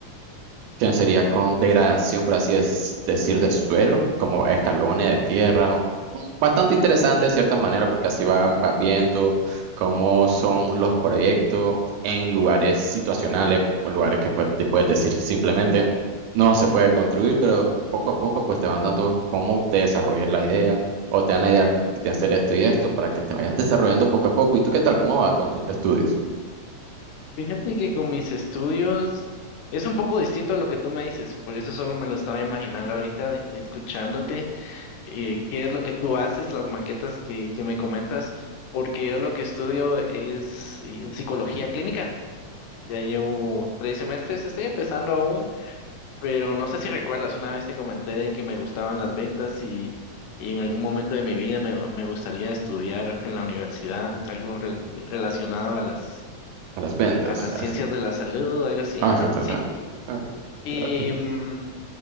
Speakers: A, on the right; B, on the left.
A: que sería con degradación, por así es decir, de suelo, como escalones de tierra. Mm, Bastante interesante de cierta manera, porque
B: Oh.
A: así van- vas viendo cómo son los proyectos en lugares situacionales, o lugares que pues, te puedes decir simplemente no se puede construir, pero poco a poco pues te van dando cómo te desarrollas la idea o te dan la idea de hacer esto y esto para que te vayas desarrollando poco a poco. ¿Y tú qué tal? ¿Cómo vas con tus estudios?
B: Fíjate que con mis estudios es un poco distinto a lo que tú me dices, por eso solo me lo estaba imaginando ahorita de- escuchándote, eh, qué es lo que tú haces, las maquetas que, que me comentas, porque yo lo que estudio es eh, psicología clínica, ya llevo tres semestres, estoy empezando aún, pero no sé si recuerdas, una vez te comenté de que me gustaban las ventas y, y en algún momento de mi vida me, me gustaría estudiar en la universidad algo re- relacionado a las
A: A las ventas.
B: a las ciencias de la salud, algo así,
A: Ah,
B: ajá,
A: sí, está,
B: sí. Y,
A: ah,
B: y,
A: ok.
B: mm,